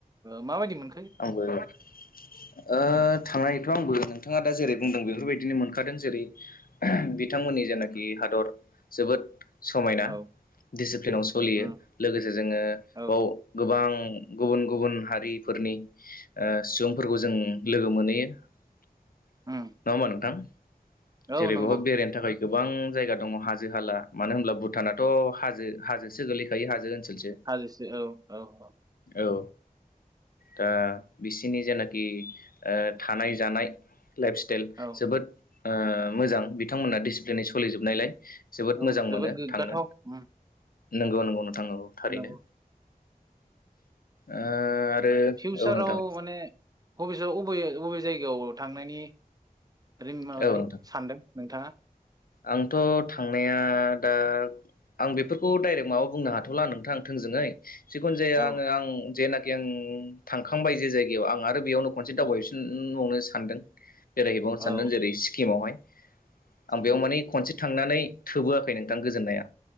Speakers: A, on the right (about 25°); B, on the left (about 80°).
A: माबायदि मोन
B: आंबो ओ‌ थांनायथ' आंबो नोंथाङा दा जेरैबाय बुंदों बेफोरबायदिनो मोनखादों जेरै बिथांमोननि जेनाखि हादर जोबोद समायना
A: औ
B: दिसिप्लिनाव सोलियो
A: उम
B: लोगोसे जोंङो
A: औ
B: बाव गोबां गुबुन गुबुन हारिफोरनि ओ सुबुंफोरखौ जों लोगो मोनहैयो नंङा
A: उम
B: होमा नोंथां
A: औ
B: जेरै
A: नंगौ
B: बेहाय बेरायनो थाखाय गोबां जायगा दंङ हाजो हाला मानो होनब्ला भुटानाथ' हाजो हाजो गोलैखायो हाजोसै जों
A: हाजोसो औ औ औ
B: औ दा बिसिनि जेनाखि ओ थानाय जानाय लाइफ स्टाइल
A: औ
B: जोबोद ओ मोजां बिथांमोना डिसिप्लिनै सोलिजोबनायलाय जोबोद
A: औ
B: मोजां मोनो
A: जोबोद गोग्गाथाव
B: थांनो
A: उम
B: नंगौ नंगौ नोंथां औ थारैनो
A: नंगौ
B: ओ आरो
A: फिउसाराव
B: औ नोंथां
A: माने बबे अबे अबे जायगायाव थांनायनि सानदों
B: औ
A: माबादों
B: नोंथां
A: सान्दों नोंथाङा
B: आंथ' थांनाया दा आं बेफोरखौ डाइरेक्ट माबा बुंनो हाथ'ला नोंथां दा सान्दै जिखुन जाया
A: औ
B: आङो आं जेनाखि आं थांखांबाय जे जायगायाव आं आरो बेयावनो खनसे
A: औ
B: दावबायफिनबावनो सानदों बेरायहैबावनो
A: औ
B: सानदों जेरै सिक्किमावहाय आं
A: सिक्किम
B: बेयाव माने खनसे थांनानै थोबोआखै नोंथां गोजोननाया